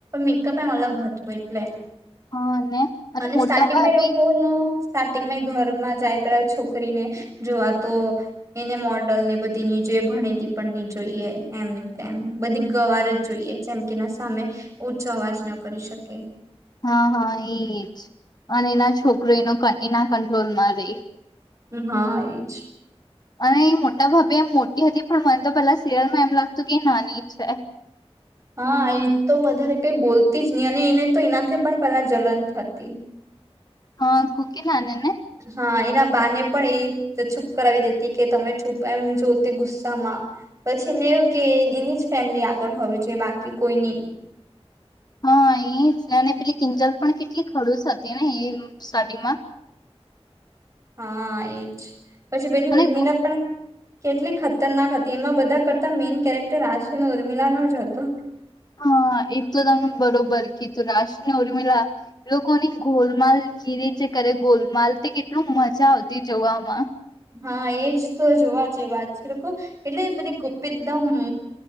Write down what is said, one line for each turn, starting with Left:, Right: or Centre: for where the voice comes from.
Right: મેકઅપ એ અલગ હતું એક લે
Left: હા, ને
Right: અને
Left: મોટા
Right: સ્ટાર્ટિંગ
Left: ભાભી
Right: માં એ લોકોનું સ્ટાર્ટિંગમાં એ ઘરમાં જાય ત્યારે, છોકરીને જોવા તો એને મોડલ ને બધ ની જોઈ, ભણેલી પણ ની જોઈએ એમ, તેમ બધી ગવાર જ જોઈએ જેમ એના સામે, ઉંચો અવાજ ન કરી શકે.
Left: હા હા એજ, અને એના છોકરો એનો એના કંટ્રોલમાં રેય.
Right: હા એજ.
Left: અને એ મોટા ભાભી એમ મોટી હતી પણ મને તો પેલા સિરિયલમાં એમ લાગતું કે એ નાની છે.
Right: હા એ તો વધારે કઈ બોલતી જ ની અને એને તો એનાથી પણ પેલા જલન થતી.
Left: હા કોકિલા ને ને?
Right: હા, એના બાને પણ એ છુપ કરાવી દેતી કે તમે છૂપ એમ જોતી ગુસ્સામાં, પછી એવુ કે એની જ ફેમિલી આગળ હોવી જોઈએ બાકી કોઈની.
Left: હા! એજ અને પેલી કિંજલ પણ કેટલી ખડુસ હતી ને એ સ્ટાર્ટિંગમાં.
Right: હા એજ. પછી પેલી
Left: અને
Right: ઉરમીલા પણ કેટલી ખતરનાક હતી એમાં બધા કરતા મેઈન કેરેક્ટર રાશિ અને ઉર્મિલાનો જ હતુ.
Left: હા, એ તો તમે બરોબર કીધું રાશિને ઉર્મિલા, લોકોની ગોલમાલ જીરે જે કરે ગોલમાલ તે કેટલું મજા આવતી જોવામાં.
Right: હા એજ તો જોવા જે વાત છે લોકો એટલે પેલી ગોપી એકદમ અ